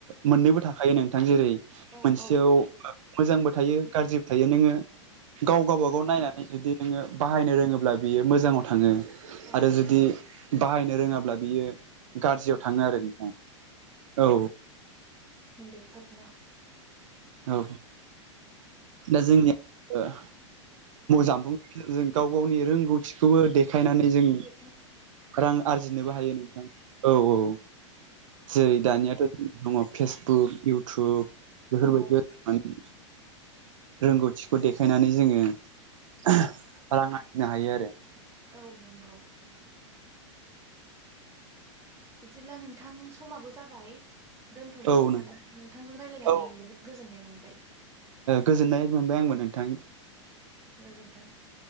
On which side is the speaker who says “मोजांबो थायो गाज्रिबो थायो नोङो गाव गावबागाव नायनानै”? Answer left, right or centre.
Right